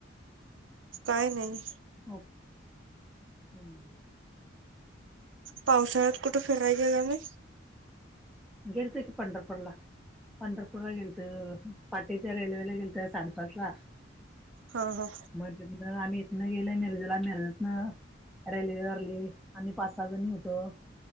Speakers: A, on the right; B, in the centre.
A: काय नाही.
B: हो हम्
A: पावसाळ्यात कुठे फिरायला गेल्यानी?
B: गेलत की पंढरपूरला. पंढरपूरला गेलत, पाटीच्या रेल्वेला गेलत साडेपाचला
A: हा हा
B: मग तिथन आम्ही इथन गेल मिरजेला मॅरेतन. रेल्वेवारली आम्ही पाच सहा जणी होतो.